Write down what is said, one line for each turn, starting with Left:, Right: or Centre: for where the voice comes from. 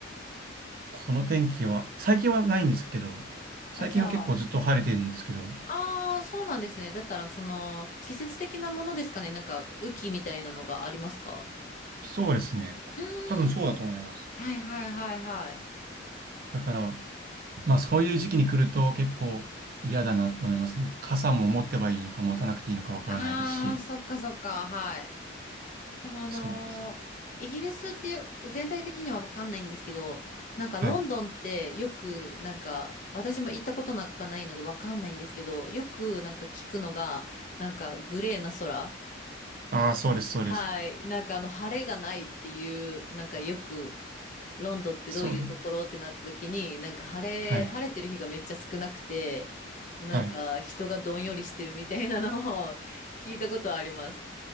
Right: この天気は、最近はないんですけど、最近は結構ずっと晴れてるんですけど、
Left: あ、じゃあ、ああ、そうなんですね。だったら、その、季節的なものですかね。なんか、雨季みたいなのがありますか
Right: そうですね。
Left: うーん。
Right: 多分そうだと思います。
Left: はいはいはいはい。
Right: だから、まあそういう時期に来ると結構嫌だなって思いますね。傘も持ってばいいのか持たなくていいのかわからないですし。
Left: ああ、そっかそっか、はい。でもあのーイギリスっていう、
Right: そうなんですよ。
Left: 全体的にはわかんないんですけど、なんかロンドンってよく、
Right: はい。
Left: なんか、私も行ったことなんかないのでわかんないんですけど、よくなんか聞くのが、なんかグレーな空。
Right: ああ、そうです、そうです。
Left: はい。なんかあの、晴れがないっていう、なんかよく、ロンドンってどういうところってなった時に、
Right: そう。
Left: なんか晴れ、
Right: はい。
Left: 晴れてる日がめっちゃ少なくて、なんか人がどんよりしてるみたいなのを
Right: はい。い
Left: <laughs> 聞いたことあります。